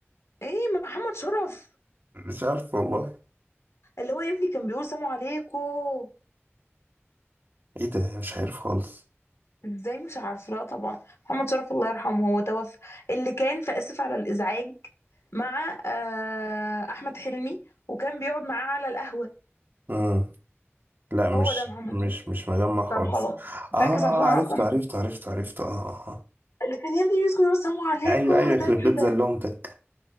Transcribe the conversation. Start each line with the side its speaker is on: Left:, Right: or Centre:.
Left: ايه محمد شرف
Right: مش عارف والله
Left: اللي هو يا ابني كان بيقول سلام عليكم
Right: ايه ده مش عارف خالص
Left: ازاي مش عارفه لا طبعا محمد شرف الله يرحمه هو توفى اللي كان في اسف على الازعاج مع آه، احمد حلمي وكان بيقعد معاه على القهوه
Right: امم لا مش
Left: هو ده محمد
Right: مش
Left: شرف
Right: مش مجمع
Left: طب
Right: خالص
Left: خلاص
Right: اه
Left: فاكس عشان أنا
Right: عرفت
Left: اصلا
Right: عرفت عرفت عرفت اه آه، آه.
Left: اللي كان يا ابني بيدخل يقول سلام عليكم
Right: ايوه ايوه يخرب
Left: ده
Right: بيت
Left: كده
Right: زلمتك